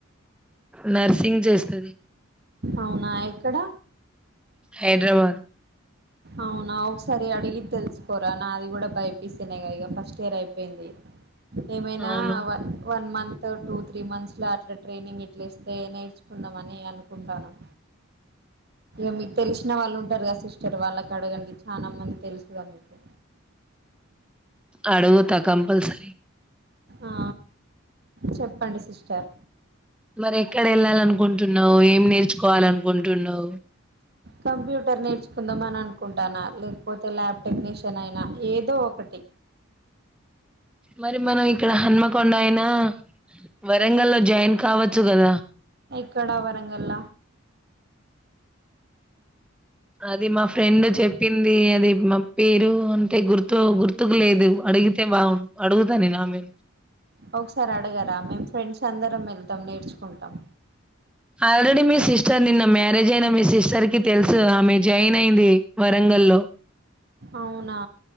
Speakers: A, in the centre; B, on the right.
A: నర్సింగ్ చేస్తది
B: అవునా ఎక్కడ
A: హైడ్రాబాద్
B: అవునా ఒకసారి అడిగి తెలుస్కోరా నాది గూడా భై పి సి నేగా ఇగ ఫస్ట్ ఇయర్ అయిపేయింది. ఏమైనా
A: అవును
B: one one month two three months లో అట్లా ట్రైనింగ్ ఇట్లిస్తే నేర్చుకుందామని అనుకుంటనం. ఇగ మీకు తెల్సిన వాళ్ళుంటారు కదా సిస్టర్ వాళ్ళ కడగండి చానా మంది తెలుసుగా మీకు
A: అడుగుతా కంపల్సరీ
B: ఆ చెప్పండి సిస్టర్
A: మరి ఎక్కడెళ్ళాలనుకుంటున్నావ్ ఏం నేర్చుకోవాలనుకుంటున్నావ్
B: కంప్యూటర్ నేర్చుకుందామని అనుకుంటాన్నా లేకపోతే ల్యాబ్ టెక్నీషియన్ అయినా ఏదో ఒకటి
A: మరి మనం ఇక్కడ హనుమ కొండ అయినా వరంగల్లో జాయిన్ కావచ్చు కదా
B: ఎక్కడ వరంగల్ల
A: అది మా ఫ్రెండ్ చెప్పింది అది మా పేరు అంటే గుర్తు గుర్తుకు లేదు అడిగితే బాగుండు అడుగుతానేనా అమే
B: ఒక సారి అడగరా మేం ఫ్రెండ్స్ అందరం మెళ్లు వే టం నేర్చుకుంటాం
A: ఆల్రెడి మీ సిస్టర్ నిన్న మ్యారేజ్ అయిన మీ సిస్టర్ కి తెలుసు కదా ఆమె జాయిన్ అయింది వరంగల్ లో
B: అవునా